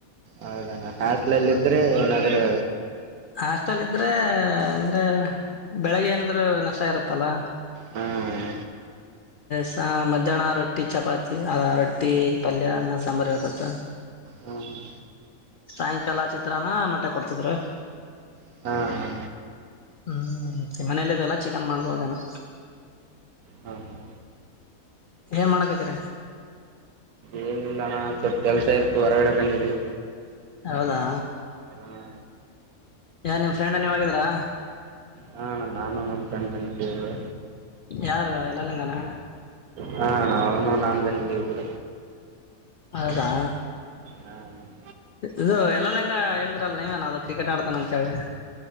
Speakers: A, on the right; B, on the left.
A: ಹೌದಣ ಹಟ್ಲಲ್ಲ ಇದ್ರೆ ಏನಾದ್ರೆ
B: ಹಾಸ್ಟೆಲ್ ಇದ್ರೆ ಅಂದ್ರೆ ಬೆಳಿಗ್ಗೆ ಏನಿದ್ರು ನಷ್ಟ ಇರತ್ತಲ್ಲ
A: ಹಾಂ
B: ಸ ಮಧ್ಯಾಹ್ನ ರೊಟ್ಟಿ ಚಪಾತಿ ಅದ ರೊಟ್ಟಿ ಪಲ್ಯ ಅನ್ನ ಸಾಂಬಾರ ಹತತ್ತ
A: ಹಾ ಹಾ
B: ಸಾಯಂಕಾಲ ಚಿತ್ರನ ಮೊಟ್ಟೆ ಕೊಡ್ತಿದ್ರು
A: ಹಾ
B: ಹ್ಞೂ ಮನೇಲ್ಲಿದೆಲ್ಲ ಚಿಕನ್ ಮಾಡ್ಬ ಹೋದೇನ
A: ಹಾಂ ಹಾಂ
B: ಹೇ ಮಾಡಣಬೇಕತರೆ
A: ಏನು ಸ್ವಲ್ಪ ಕೆಲಸ ಇತ್ತು ಹೊರಗಡೆ ಬಂದಿದ್ವಿ
B: ಹೌದಾ
A: ಹಾಂ
B: ಯಾರ ನಿಮ್ ಫ್ರೆಂಡ್ ನೀವ್ ಗಿದ್ರಾ
A: ಹಾ ನಾನು ನ ಟಂಡನ್ ಬನ
B: ಯಾರು ಎಲ್ಲ ನಿಂಗನ
A: ಹಾ ಅವನು ನಾನು ಬಂದಿದ್ದೀವಿ ಕೂಡ
B: ಹೌದಾ
A: ಹಾಂ ಅಣ್ಣ.
B: ಇದು ಎಲ್ಲಲ್ಲ ಹೆಂಗ ಹೇಳಿದ್ರಲ್ಲ ನೀವೇನ್ ಅ ಕ್ರಿಕೆಟ್ ಆಡ್ತಾನ ಅಂತ ಹೇಳಿ